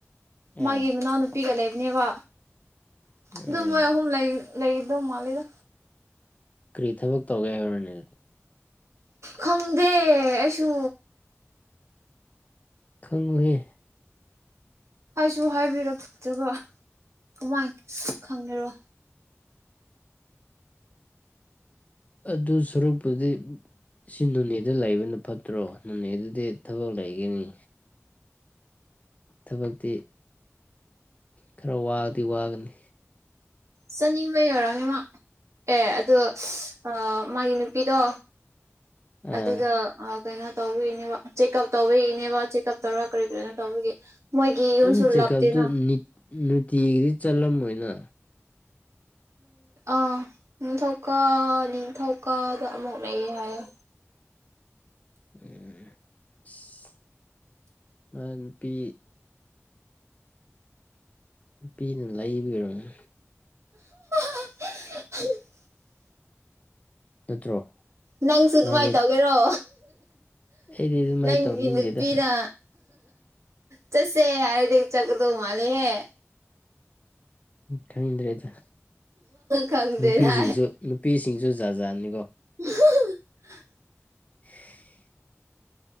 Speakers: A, on the right; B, on the left.
A: ꯃꯥꯒꯤ
B: ꯎꯝ
A: ꯃꯅꯥꯎꯅꯨꯄꯤꯒ ꯂꯩꯕꯅꯦꯕ ꯑꯗꯨ
B: ꯎꯝ
A: ꯃꯣꯏ ꯑꯍꯨꯝ ꯂꯩ ꯂꯩꯗꯣ ꯃꯥꯜꯂꯦꯗ
B: ꯀꯔꯤ ꯊꯕꯛ ꯇꯧꯒꯦ ꯍꯥꯏꯕ꯭ꯔꯅꯦ
A: ꯈꯪꯗꯦ ꯑꯩꯁꯨ
B: ꯈꯪꯉꯨꯍꯦ
A: ꯍꯥꯏꯁꯨ ꯍꯥꯏꯕꯤꯔꯛꯇꯕ ꯀꯃꯥꯏꯅ ꯈꯪꯒꯦꯔꯣ
B: ꯑꯗꯨ ꯁꯔꯨꯛꯄꯨꯗꯤ ꯁꯤ ꯅꯨꯅꯦꯗ ꯂꯩꯕꯅ ꯐꯠꯇ꯭ꯔꯣ ꯅꯨꯅꯦ ꯑꯗꯨꯗꯤ ꯊꯕꯛ ꯂꯩꯒꯅꯤ ꯊꯕꯛꯇꯤ ꯈꯔ ꯋꯥꯗꯤ ꯋꯥꯒꯅꯤ
A: ꯆꯠꯅꯤꯡꯕ ꯌꯧꯔꯝꯅꯤ ꯃꯥ ꯑꯦ ꯑꯗꯨ ꯑ ꯃꯥꯒꯤ ꯅꯨꯄꯤꯗꯣ
B: ꯑꯥ
A: ꯑꯗꯨꯗ ꯑ ꯀꯩꯅꯣ ꯇꯧꯕꯒꯤꯅꯦꯕ ꯆꯦꯛꯑꯞ ꯇꯧꯕꯤꯒꯤꯅꯦꯕ ꯆꯦꯛꯑꯞ ꯇꯧꯔꯒ ꯀꯔꯤ ꯀꯔꯤꯅꯣ ꯇꯧꯕꯒꯤ ꯃꯣꯏꯒꯤ ꯌꯨꯝꯁꯨ
B: ꯑꯗꯨ ꯆꯦꯛꯀꯞꯇꯨ
A: ꯂꯥꯞꯇꯦꯅ
B: ꯅꯤꯠ ꯅꯨꯡꯇꯤꯒꯤꯗꯤ ꯆꯠꯂꯝꯃꯣꯏꯅ
A: ꯑ ꯅꯤꯡꯊꯧꯀꯥ ꯅꯤꯡꯊꯧꯀꯥꯗ ꯑꯃꯨꯛ ꯂꯩꯌꯦ ꯍꯥꯏꯌꯦ
B: ꯎꯝ ꯑꯁ ꯃꯥ ꯅꯨꯄꯤ ꯅꯨꯄꯤꯗꯨ ꯂꯩꯕꯤꯔꯝꯅꯦ
A: <inaudible>
B: ꯅꯠꯇ꯭ꯔꯣ
A: ꯅꯪꯁꯨ ꯑꯗꯨꯃꯥꯏꯅ
B: ꯃꯥꯗꯤ
A: ꯇꯧꯒꯦꯔꯣ
B: ꯑꯩꯗꯤ ꯑꯗꯨꯃꯥꯏꯅ
A: ꯅꯪꯒꯤ
B: ꯇꯧꯅꯤꯡꯗꯦꯗ
A: ꯅꯨꯄꯤꯅ ꯆꯠꯁꯦ ꯍꯥꯏꯔꯗꯤ ꯆꯠꯀꯗꯧ ꯃꯥꯜꯂꯦꯍꯦ
B: ꯈꯪꯗ꯭ꯔꯦꯗ
A: ꯈꯪꯗꯦꯗ
B: ꯅꯨꯄꯤꯁꯤꯡꯁꯨ ꯅꯨꯞ ꯅꯨꯄꯤꯁꯤꯡꯁꯨ ꯖꯥꯖꯠ ꯖꯥꯠꯅꯤꯀꯣ
A: ꯎꯍ
B: <inaudible>